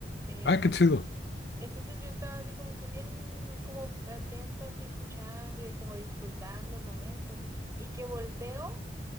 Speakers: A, on the right; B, on the left.
A: em,
B: Ah, qué chido.
A: entonces yo estaba así como que bien, como atenta, así escuchando y como disfrutando el momento. Y que volteo